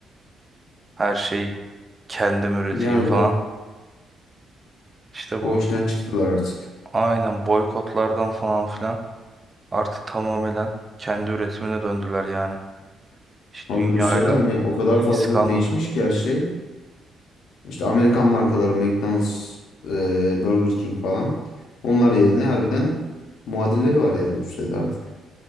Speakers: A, on the right; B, on the left.
A: her şey kendim üreteyim
B: Yani
A: falan.
B: doğru.
A: İşte bu
B: O işten çıktılar artık.
A: aynen boykotlardan falan filan artık tamamen kendi üretimine döndüler yani. Hiç
B: Abi
A: dünyayla
B: Rusya'da hani o kadar
A: ilgisi
B: fazla
A: kalmadı.
B: değişmiş ki her şey. İşte Amerikan markaları McDonald's, e, Burger King falan. Onlar yerine harbiden muadilleri var yani Rusya'da artık.